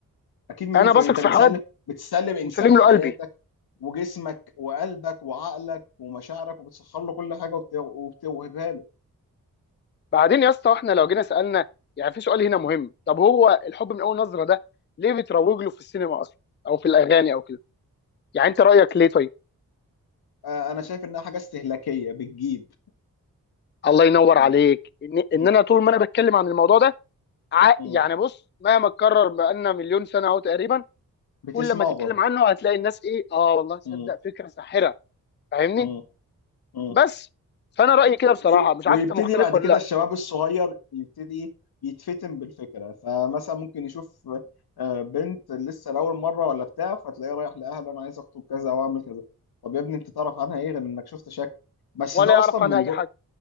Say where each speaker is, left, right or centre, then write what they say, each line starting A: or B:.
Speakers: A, on the left; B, on the left.
A: اكيد مليون
B: انا
A: في
B: بثق
A: انت
B: في
A: بتسلم
B: حد
A: بتسلم انسان
B: وسلم
A: حياتك
B: له قلبي
A: وجسمك وقلبك وعقلك ومشاعرك وبتسخر له كل حاجه وبت- وبتوهبها له
B: بعدين يا اسطى احنا لو جينا سالنا يعني في سؤال هنا مهم طب هو الحب من اول نظره ده ليه بتروج له في السينما اصلا او في الاغاني او كده يعني انت رايك ليه طيب
A: آه، انا شايف انها حاجه استهلاكيه بتجيب
B: الله ينور
A: يعني
B: عليك ان, إن
A: م-
B: انا طول ما انا بتكلم عن الموضوع ده ع-
A: م.
B: يعني بص مهما اتكرر بقالنا مليون سنه اهو تقريبا
A: بتسمعه
B: كل ما تتكلم
A: برضه
B: عنه هتلاقي الناس ايه اه والله تصدق
A: م-
B: فكره ساحره فاهمني
A: م- م.
B: بس فانا رايي كده بصراحه
A: وي-
B: مش
A: ويبتدي
B: عارف انت مختلف
A: بعد
B: ولا
A: كده
B: لا
A: الشباب الصغير يبتدي يتفتن بالفكرة فمثلا ممكن يشوف آه، بنت لسه لأول مرة ولا بتاع فتلاقيه رايح لأهله أنا عايز أخطب كذا أو أعمل كذا طب يا ابني أنت تعرف عنها إيه غير إنك شفت شكل بس
B: ولا
A: ده
B: يعرف
A: أصلا من
B: عنها اي حاجه